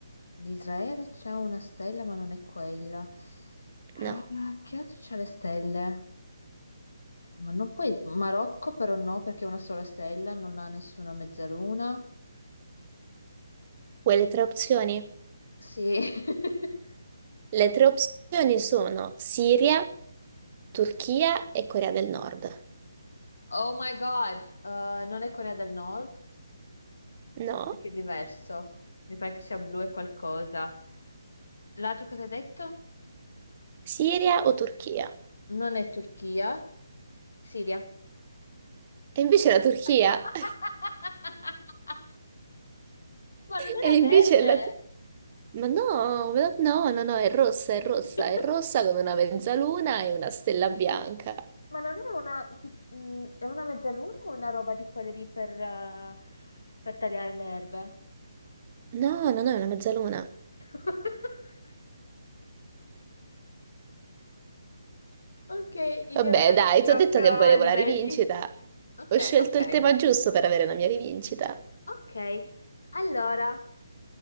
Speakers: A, on the left; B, on the right.
A: L'Israele c'ha una stella, ma non è quella. Ah,
B: No.
A: che altro c'ha le stelle? Ma non puoi... Marocco però no, perché è una sola stella, non ha nessuna mezzaluna.
B: Vuoi le tre opzioni?
A: Sì. <laughs>
B: Le tre opzioni sono Siria, Turchia e Corea del Nord.
A: Oh my God, Eh, non è Corea del Nord,
B: No?
A: perché è diverso. Mi pare che sia blu e qualcosa. L'altro cosa hai detto?
B: Siria o Turchia?
A: Non è Turchia, Siria.
B: E invece la Turchia.
A: <laughs>
B: <laughs>
A: Ma non era
B: E
A: verde?
B: invece la... Ma no, ma no, no, no, è rossa, è rossa,
A: <laughs>
B: è rossa con una mezzaluna e una stella bianca.
A: Ma non è una, tip- mh, è una mezzaluna o una roba di quelle lì per, eh, per tagliare le erbe?
B: No, no, no, è una mezzaluna.
A: <laughs> Ok, ignorato
B: Vabbè, dai,
A: proprio
B: ti ho detto che volevo
A: a livelli.
B: la rivincita.
A: Ok,
B: Ho scelto
A: ok.
B: il tema giusto per avere la mia rivincita.
A: Ok, allora.